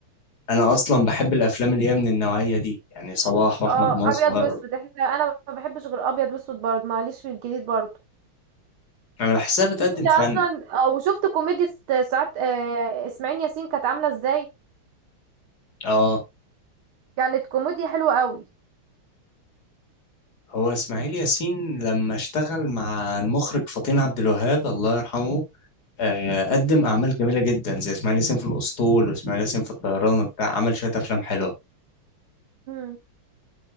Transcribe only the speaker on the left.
انا اصلا بحب الافلام اللي هي من النوعية دي يعني صباح واحمد
مظهر
انا بحسها بتقدم
فن
اه
هو اسماعيل ياسين لما اشتغل مع المخرج فطين عبد الوهاب الله يرحمه آه قدم اعمال جميله جدا زي اسماعيل ياسين في الاسطول واسماعيل ياسين في الطيران وبتاع عمل شويه افلام حلوه